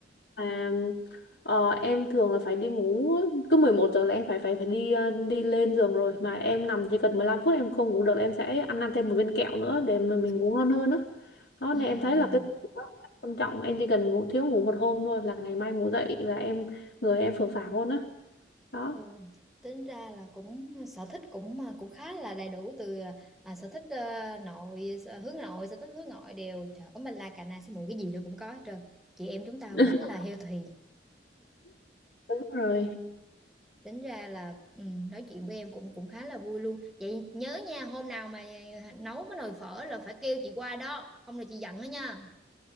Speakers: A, on the left (about 70°); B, in the centre.
A: mà, ờ, em thường là phải đi ngủ cứ 11 giờ là em phải phải phải đi ờ, đi lên giường rồi mà em nằm chỉ cần 15 phút em không ngủ được là em sẽ ăn ăn thêm một viên kẹo nữa để mà mình ngủ ngon hơn á. Đó
B: ừm.
A: nên em thấy là cái giấc ngủ rất quan trọng, em chỉ cần ngủ thiếu ngủ một hôm thôi là ngày mai ngủ dậy là em người em phờ phạc luôn á. Đó.
B: ừ. tính ra là cũng sở thích cũng mà cũng khá là đầy đủ từ à, sở thích ờ, nội sở- hướng nội sở thích hướng ngoại đều trời ơi mình là cà na xí muội cái gì nó cũng có hết trơn chị em chúng ta
A: <laughs>
B: quá là healthy
A: Đúng rồi.
B: tính ra là ừ, nói chuyện với em cũng cũng khá là vui luôn vậy nhớ nha hôm nào mà nấu cái nồi phở là phải kêu chị qua đó không là chị giận đó nha